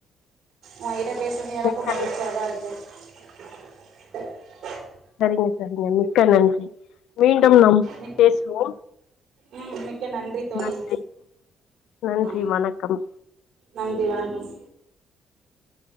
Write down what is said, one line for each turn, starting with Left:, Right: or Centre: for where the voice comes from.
Right: உங்கிட்ட. பேசுனது எனக்கும்
Left: மிக்க
Right: மகிழ்ச்சியாக தான் இருக்கு. <unintelligible>
Left: நன்றி சார் நன்றி மிக்க நன்றி. மீண்டும் நம்
Right: மிக்
Left: பேசுவோம்.
Right: ம் ம் மிக்க நன்றி தோழி
Left: நன்றி நன்றி
Right: ஆ
Left: வணக்கம்
Right: நன்றி வணக்கம்